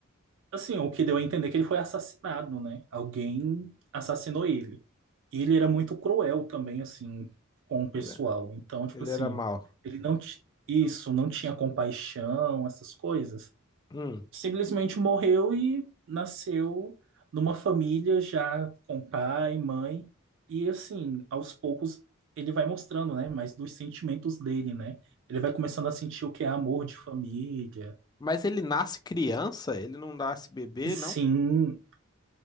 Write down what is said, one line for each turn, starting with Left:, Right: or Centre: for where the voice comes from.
Right: assim, o que deu a entender é que ele foi assassinado, né? Alguém assassinou ele. ele era muito cruel também, assim, com o pessoal.
Left: Ele
Right: Então, tipo
Left: ele
Right: assim,
Left: era mau.
Right: ele não, ti- isso, não tinha compaixão, essas coisas.
Left: Hum.
Right: Simplesmente morreu e nasceu numa família já com pai, mãe. E assim, aos poucos ele vai mostrando, né, mais dos sentimentos dele, né? Ele vai começando a sentir o que é amor de família.
Left: Mas ele nasce criança? Ele não nasce bebê, não?
Right: Sim.